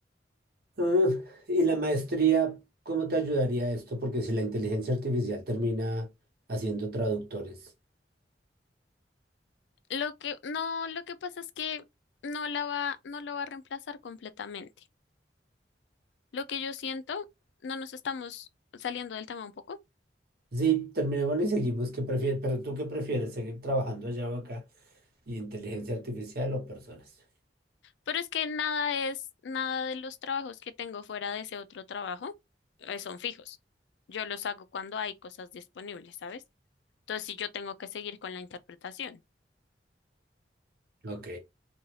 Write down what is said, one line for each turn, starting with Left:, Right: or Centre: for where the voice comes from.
Right: Ah, y la maestría, ¿cómo te ayudaría esto? Porque si la inteligencia artificial termina haciendo traductores.
Left: Lo que no, lo que pasa es que no la va, no lo va a reemplazar completamente. Lo que yo siento, no nos estamos saliendo del tema un poco
Right: Sí, terminémoslo y seguimos. ¿Qué prefieres? Pero tú qué prefieres, seguir trabajando allá o acá. y inteligencia artificial o personas.
Left: Pero es que nada es, nada de los trabajos que tengo fuera de ese otro trabajo eh, son fijos. Yo los hago cuando hay cosas disponibles, ¿sabes? Entonces, si yo tengo que seguir con la interpretación,
Right: Ok,